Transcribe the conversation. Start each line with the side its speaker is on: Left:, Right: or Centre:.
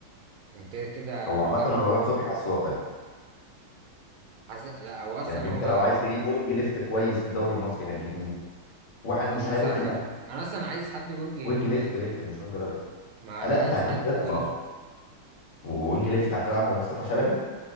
Right: كده كده
Left: هو
Right: ارجع
Left: عامة أنا رمضان صبحي حاسه واقعي
Right: حاسس لا هو اصلا
Left: يعني انت
Right: هو
Left: لو عايز تجيب وينج ليفت كويس في الدوري المصري هتجيب مين؟ واحد
Right: هجيب
Left: مش
Right: مصطفى
Left: هيروح الاهلي
Right: فتحي انا اصلا عايز حد وينج يمين
Left: وينج ليفت ليفت مش وينج رايت
Right: ما
Left: لا
Right: انا عايز
Left: انت هتجيب
Right: حد
Left: فرقة
Right: زيزو
Left: ما وينج ليفت هتلعب بمصطفى شلبي